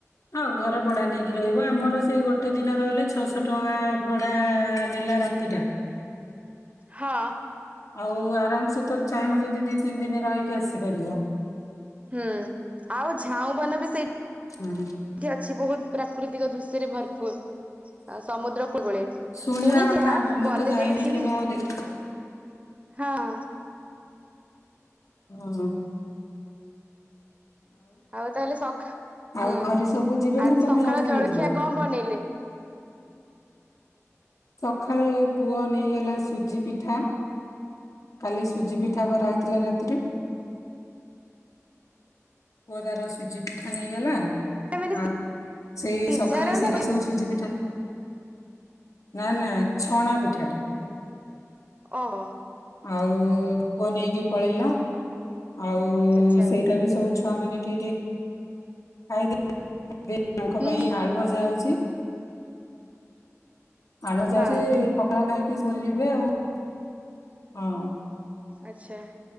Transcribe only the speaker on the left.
ହଁ ଘର ବଡା ନେଇକି ରହିବ ଆମର ସେ ଏଇ ଗୋଟେ ଦିନ ରହିଲେ ଛଅଶ ଟଙ୍କା ଭଡା ନେଲା ରାତିଟା।
ଆଉ ଆରାମସେ ତ ଚାହିଁବ ଯଦି ଦି ତିନ ଦିନ ରହିକି ଆସିପାରିବ।
ହୁଁ
ଶୁଣିବା
କଥା
ଆମେ ମୁଁ
ତ ଯାଇନି
କେବେ ଆଉ ଦେଖ
ଓ।
ଆଉ
ଘରେ ସବୁ ଯିବେ
ନା ତମେ
ଆଉ କିଏ
ଯିବ?
ସଖାଳେ ପୁଅ ନେଇଗଲା ସୁଜିପିଠା। କାଲି ସୁଜି ପିଠା କରାହେଇଥିଲା ରାତିରେ। ପୁଅ ତାର ସୁଜି ପିଠା ନେଇଗଲା
ଆଉ ସେଇ
ସଖାଳେ ସେଇରା
ସବୁ ସୁଜିପିଠା ନା ନା ଛଣା ପିଠାଟା।
ଆଉ ପୁଅ ନେଇକି ପଳେଇଲା। ଆଉ
ସେଇଟା ବି ସବୁ ଛୁଆମାନେ ଟିକେ ଟିକେ ଖାଇଦେ ଏବେ ତାଙ୍କ
ପାଇଁ
ଆଳୁଭଜା ହୋଉଚି। ଆଳୁଭଜା
ଅଛି ପଖାଳ ଖାଇ ଇଏ ସ୍କୁଲ ଯିବେ ଆଉ। ହଁ।